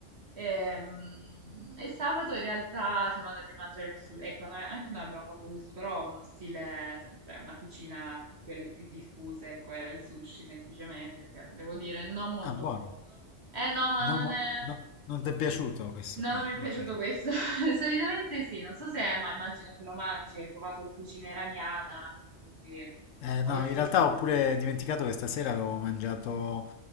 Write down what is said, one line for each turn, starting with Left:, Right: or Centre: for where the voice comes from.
Right: Ehm, E, sabato in realtà siamo andati a mangiare il sushi. Ecco, noi- anche noi abbiamo fatto questo, però uno stile, sempre una cucina, quelle più diffuse, ecco, era il sushi semplicemente, che devo dire non molto
Left: Ah, buono.
Right: buono. Eh no, ma non
Left: No, mo-
Right: è...
Left: no, non ti è piaciuto questo
Right: no,
Left: qua,
Right: non mi è piaciuto
Left: ok.
Right: questo. <laughs> Solitamente sì, non so se, ma immagino che lo mangi, hai provato la cucina iraniana anche, quindi...
Left: Eh, no,
Right: O il sushi.
Left: in realtà ho pure dimenticato che stasera avevo mangiato